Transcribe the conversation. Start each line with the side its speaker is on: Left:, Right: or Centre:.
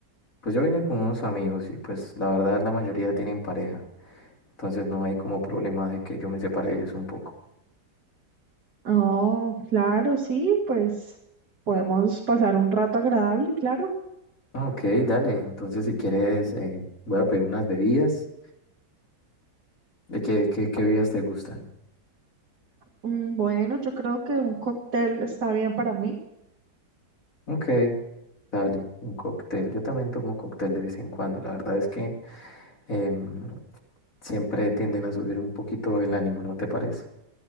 Left: Pues yo vine con unos amigos y pues la verdad la mayoría tienen pareja. Entonces no hay como problema de que yo me separe de ellos un poco.
Right: Oh, claro, sí, pues podemos pasar un rato agradable, claro.
Left: Ah, Ok, dale. Entonces, si quieres, eh, voy a pedir unas bebidas. ¿De qué, qué, qué bebidas te gustan?
Right: Mm, bueno, yo creo que un cóctel está bien para mí.
Left: Ok, dale, un cóctel. Yo también tomo cóctel de vez en cuando. La verdad es que em, siempre tienden a subir un poquito el ánimo, ¿no te parece?